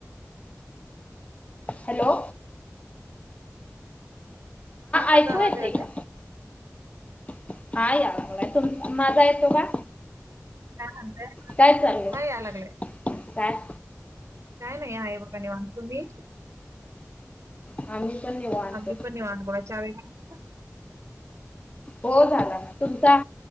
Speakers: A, on the left (about 25°); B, on the right (about 60°).
A: हॅलो
B: हा माझा
A: ऐकू
B: आवाज
A: येते
B: यालाय?
A: का <inaudible> तुम माझा येतो का?
B: <inaudible>
A: काय चालू आहे.
B: हा याय लागलाय
A: काय
B: काय नाही आहे बघा निवांत, तुम्ही
A: आम्ही पण निवांत
B: आम्हीपण निवांत बघा चहा वगैरे
A: हो झाला ना तुमचा